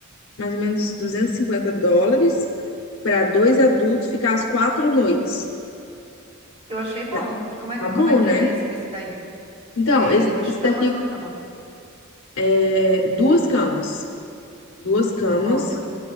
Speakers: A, on the left (about 70°); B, on the right (about 25°).
A: mais ou menos 250 dólares para dois adultos ficar as quatro noites.
B: Eu achei bom.
A: Tá
B: Como é,
A: tá bom,
B: como é que
A: né?
B: é esse esse daí?
A: Então,
B: É
A: esse,
B: duas
A: esse
B: camas
A: daqui
B: ou uma cama?
A: é duas camas, duas camas
B: Ótimo.